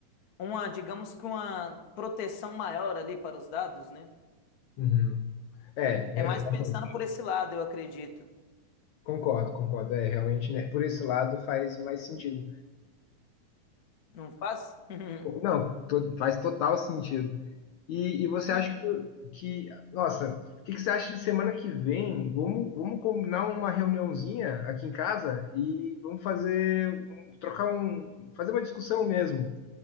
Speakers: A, on the left; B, on the left.
A: uma, digamos que uma proteção maior ali para os dados, né?
B: uhum. É,
A: É mais
B: é, realmente,
A: pensando por esse lado, eu acredito.
B: concordo, concordo. É, realmente, né, por esse lado faz mais sentido.
A: Não faz? <laughs>
B: Não, to- faz total sentido. E, e você
A: Hum.
B: acha que, que- nossa, o que, que você acha de semana que vem? Vamos, vamos combinar uma reuniãozinha aqui em casa e vamos fazer, um- trocar um, fazer uma discussão mesmo. O